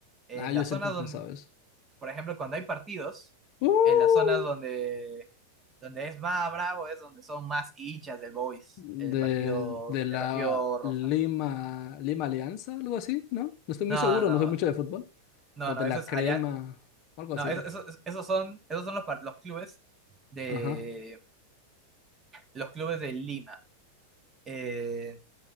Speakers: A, on the right; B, on the left.
A: En
B: Ah, yo
A: las
B: siempre
A: zonas
B: he
A: donde,
B: pensado eso.
A: por ejemplo, cuando hay partidos,
B: ¡Uh!
A: en las zonas donde, donde es más bravo es donde son más hinchas del Boys,
B: De,
A: el partido,
B: de la
A: el partido rosa.
B: Lima, Lima Alianza, algo así, ¿no? No estoy muy
A: No,
B: seguro,
A: no,
B: no sé mucho de fútbol.
A: no,
B: O
A: no,
B: de la
A: eso es
B: Crema,
A: allá.
B: o algo
A: No,
B: así
A: eso,
B: era.
A: eso- esos son, esos son los, par- los clubes de
B: Ajá.
A: los clubes de Lima. Eh,